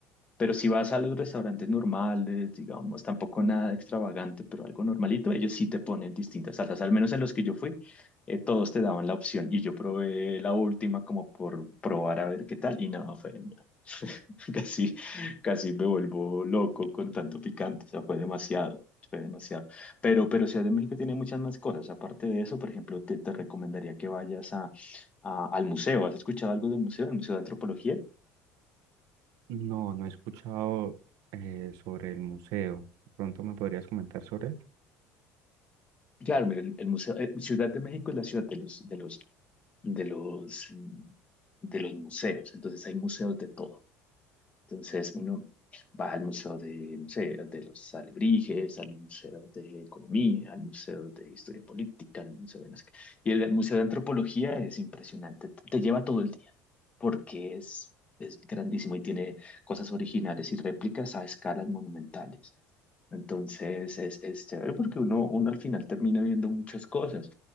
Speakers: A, on the left (about 20°); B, on the right (about 65°).
A: pero si vas a los restaurantes normales, digamos, tampoco nada extravagante, pero algo normalito, ellos sí te ponen distintas salsas. Al menos en los que yo fui, eh, todos te daban la opción. Y yo probé la última como por probar a ver qué tal. Y nada, fue, <laughs> casi, casi me vuelvo loco con tanto picante. O sea, fue demasiado, fue demasiado. Pero, pero Ciudad de México tiene muchas más cosas. Aparte de eso, por ejemplo, te, te recomendaría que vayas a, a- al museo. ¿Has escuchado algo del museo? ¿El Museo de Antropología?
B: No, no he escuchado eh, sobre el museo. Pronto me podrías comentar sobre él.
A: Claro, mira, el, el museo, eh, Ciudad de México es la ciudad de los, de los, de los, mm, de los museos. Entonces hay museos de todo. Entonces uno va al museo de, no sé, de los alebrijes, al museo de economía, al museo de historia política, al museo de no sé qué. Y el museo de antropología es impresionante. Te, te lleva todo el día porque es, es grandísimo y tiene cosas originales y réplicas a escalas monumentales. Entonces es, es chévere porque uno, uno al final termina viendo muchas cosas